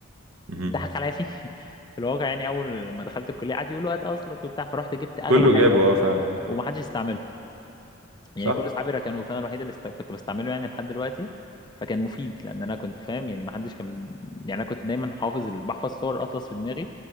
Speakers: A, on the right; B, on the left.
A: مهم.
B: ضحك عليا فيه <laughs> في الواقع يعني اول ما دخلت الكلية قعد يقولوا هات اطلس وبتاع فرحت جبت اغلى
A: كله
B: حاجة
A: جابه اه فعلا
B: ومحدش استعمله يعني
A: صح
B: كل اصحابي ركنوه فانا الوحيد اللي است... كنت بستعمله يعني لحد دلوقتي فكان مفيد لان انا كنت فاهم يعني ما حدش كان يعني انا كنت دايما حافظ ال... بحفظ صور اطلس في دماغي